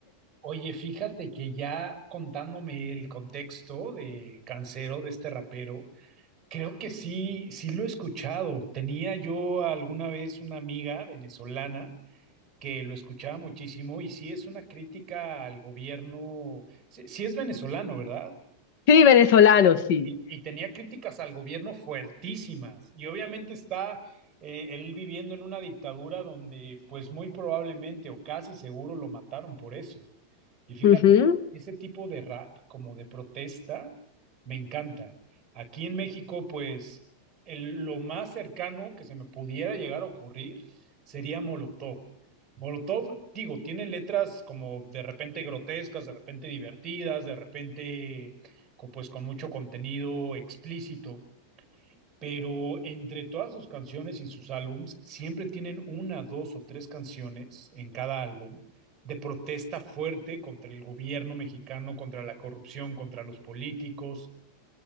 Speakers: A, on the right; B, on the left.
A: Oye, fíjate que ya contándome el contexto de Cancero, de este rapero, creo que sí, sí lo he escuchado. Tenía yo alguna vez una amiga venezolana que lo escuchaba muchísimo y sí es una crítica al gobierno, sí, sí es venezolano, ¿verdad?
B: Sí, venezolano, sí.
A: Y, y tenía críticas al gobierno fuertísimas. Y obviamente está eh, él viviendo en una dictadura donde pues muy probablemente o casi seguro lo mataron por eso. Y fíjate,
B: Ujú.
A: ese tipo de rap como de protesta me encanta. Aquí en México pues el- lo más cercano que se me pudiera llegar a ocurrir sería Molotov. Molotov, digo, tiene letras como de repente grotescas, de repente divertidas, de repente co- pues con mucho contenido explícito, pero entre todas sus canciones y sus álbums siempre tienen una, dos o tres canciones en cada álbum de protesta fuerte contra el gobierno mexicano, contra la corrupción, contra los políticos.